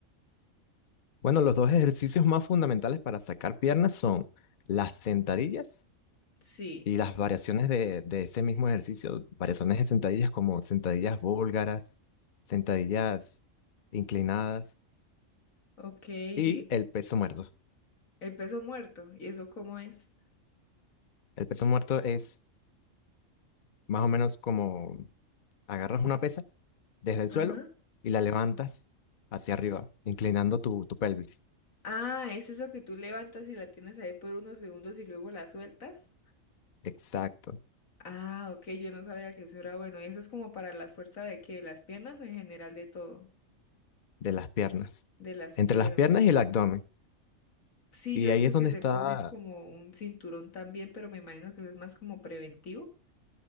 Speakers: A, on the left (about 45°); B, on the left (about 80°).
A: Bueno, los dos ejercicios más fundamentales para sacar piernas son las sentadillas
B: Sí,
A: Y las variaciones de, de ese mismo ejercicio, variaciones de sentadillas como sentadillas búlgaras, sentadillas inclinadas
B: ok, y
A: y el peso muerto.
B: el peso muerto, ¿y eso cómo es?
A: El peso muerto es más o menos como agarras una pesa desde el
B: Ajá.
A: suelo y la levantas
B: Sí.
A: hacia arriba, inclinando tu, tu pelvis.
B: Ah, es eso que tú levantas y la tienes ahí por unos segundos y luego la sueltas.
A: Exacto,
B: Ah, ok, yo no sabía que eso era bueno. ¿Eso es como para la fuerza de qué? ¿De ¿Las piernas o en general de todo?
A: de las piernas.
B: De las
A: Entre
B: piernas.
A: las piernas y el abdomen.
B: Sí,
A: Y
B: yo he
A: ahí
B: visto
A: es donde
B: que se
A: está
B: ponen como un cinturón también, pero me imagino que eso es más como preventivo.